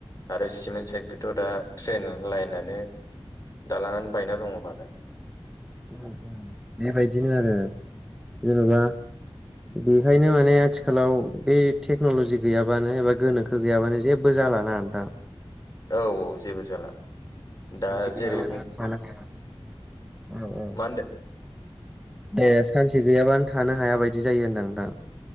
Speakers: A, on the left (about 35°); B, in the centre.
A: आरो सिमेन्ट साइडखैथ' दा ट्रेन लाइनानो दालाङानो बायना दङबालाय।
B: उम उम बेबायदिनो आरो जेन'बा बेखायनो माने आथिखालाव बे टेक्न'लजि गैयाबानो एबा गोनोखो गैयाबानो जेबो जाला। ना नोंथां।
A: औ औ जेबो जाला।
B: सानसे‌
A: दा जेरै
B: गैयाबानो
A: बुं
B: थानो‌ हाया। औ औ
A: मा होनदो?
B: ए सानसे गैयाबानो थानो हाया बायदि जायो होनदां नोंथां।